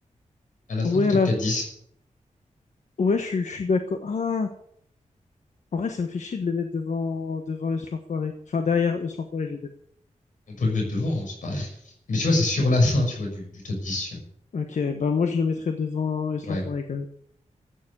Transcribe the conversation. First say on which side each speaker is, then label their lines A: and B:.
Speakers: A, on the left; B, on the left.
A: à la fin
B: Ouais,
A: du top
B: à la...
A: 4-10.
B: ouais, je, suis- je suis d'accord. Ah, en vrai, ça me fait chier de le mettre devant, devant Eus l'Enfoiré. Enfin, derrière Eus l'Enfoiré, je veux dire.
A: On peut le mettre devant, hein, c'est pareil. Mais tu vois, c'est sur la fin, tu vois, du, du top 10. tu vois.
B: Ok, bah, moi, je le mettrais devant Eus
A: Ouais.
B: l'Enfoiré quand même.